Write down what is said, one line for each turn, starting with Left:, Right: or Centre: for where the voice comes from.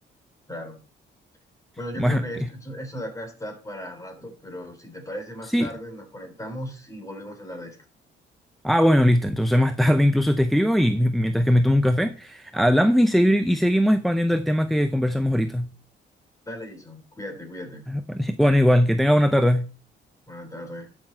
Left: claro. Bueno, yo
Centre: Bueno,
Left: creo que
Centre: que-
Left: esto, esto, esto de acá está para rato, pero si te parece más
Centre: sí.
Left: tarde, nos conectamos y volvemos a hablar de esto.
Centre: Ah, bueno, listo. Entonces más <laughs> tarde incluso te escribo y mi- mientras que me tomo un café, hablamos y, segui- y seguimos expandiendo el tema que conversamos ahorita.
Left: Dale, Jason, cuídate, cuídate.
Centre: <laughs> Bueno, igual, que tenga buena tarde.
Left: Buenas tardes.